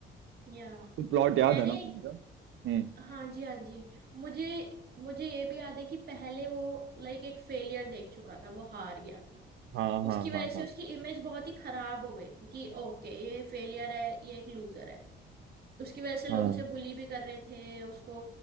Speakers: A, on the right; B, on the right.
A: या
B: तो प्लॉट याद
A: मैंने
B: है ना मूवी का हम्म
A: हाँ जी हाँ जी मुझे मुझे ये भी याद है कि पहले वो लाइक एक फेलियर देख चुका था वो हार गया था
B: हाँ हाँ
A: उसकी वजह
B: हाँ
A: से
B: हाँ
A: उसकी इमेज बहुत ही खराब हो गई थी कि ओके ये फेलियर है ये एक लूजर है तो उसकी वजह से लोग
B: हाँ
A: उसे बुली भी कर रहे थे उसको